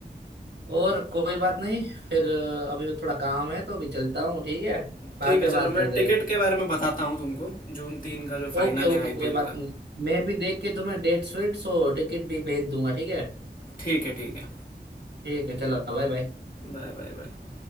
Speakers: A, on the right; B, on the left.
A: और कोई बात नहीं फिर अ, अभी थोड़ा काम है तो अभी चलता हूँ ठीक है बाद
B: ठीक है
A: में
B: चलो
A: बात
B: मैं
A: करते
B: टिकट
A: हैं
B: के बारे में बताता हूँ तुमको जून तीन का जो फाइनल
A: ओके ओके
B: है आईपीएल
A: कोई बात
B: का
A: नहीं मैं भी देख के तुम्हें डेट्स फिट्स और टिकट भी भेज दूंगा ठीक है
B: ठीक है ठीक है
A: ठीक है चलो बाय बाय
B: Bye bye bye